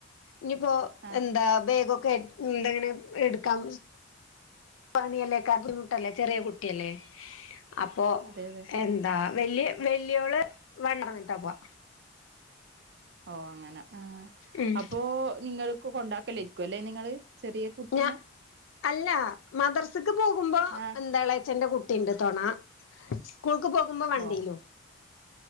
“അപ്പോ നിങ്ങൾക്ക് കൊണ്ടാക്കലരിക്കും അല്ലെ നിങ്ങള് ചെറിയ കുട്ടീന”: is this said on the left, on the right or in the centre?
Right